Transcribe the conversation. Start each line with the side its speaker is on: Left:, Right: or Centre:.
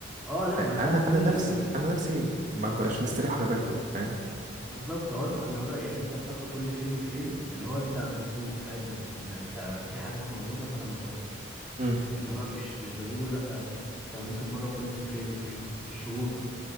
Centre: اه لا
Right: فأنا
Centre: ما ده كل
Right: أنا نفسي
Centre: انا ما
Right: أنا نفسي ما ببقاش مستريح وأنا باكله فاهم
Centre: بالظبط اهو انا بقى يعني انت بتاكله كل فين وفين اللي هو انت بتدوق فاهم بت... إن انت في حاجات موجوده فانا باكلها
Right: مم.
Centre: انما مش مش بجيبه لا اكيد ده ممكن مره كل فين وفين في الشهور